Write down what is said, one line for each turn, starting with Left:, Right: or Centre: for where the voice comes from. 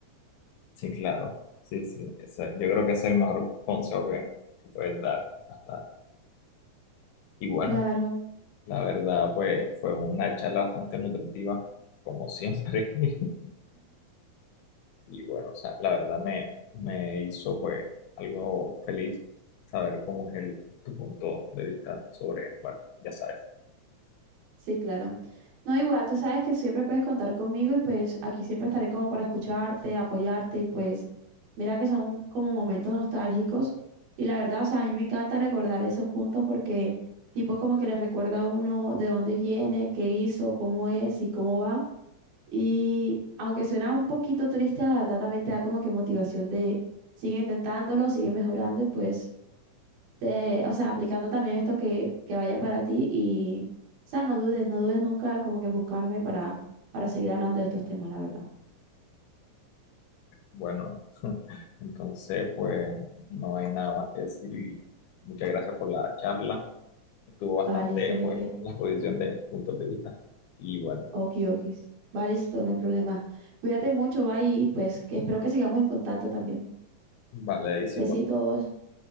Left: Sí, claro. Sí, sí. Ese- yo creo que ese es el mejor consejo que, que puedes dar hasta. Y bueno,
Right: Claro.
Left: la verdad, pues fue una charla bastante nutritiva, como siempre. <laughs> Y bueno, o sea, la verdad me, me hizo pues algo feliz saber cómo es el, tu punto de vista sobre, bueno, ya sabes.
Right: Sí, claro. No, igual, tú sabes que siempre puedes contar conmigo y pues aquí siempre estaré como para escucharte, apoyarte y pues mira que son como momentos nostálgicos y la verdad, o sea, a mí me encanta recordar esos puntos porque tipo como que le recuerda a uno de dónde viene, qué hizo, cómo es y cómo va. Y aunque suena un poquito triste, la verdad también te da como que motivación de sigue intentándolo, sigue mejorando y pues, te, o sea, aplicando también esto que, que vaya para ti y, o sea, no dudes, no dudes nunca como que en buscarme para, para seguir hablando de estos temas, la verdad.
Left: Bueno, <laughs> entonces pues no hay nada más que decir y muchas gracias por la charla. Estuvo bastante,
Right: Va, listo, Miguel.
Left: pues, la exposición de puntos de vista. Y bueno,
Right: Okiokis. Va, listo, no hay problema. Cuídate mucho, va y pues que espero que sigamos en contacto también.
Left: vale, es
Right: Besitos.
Left: igual.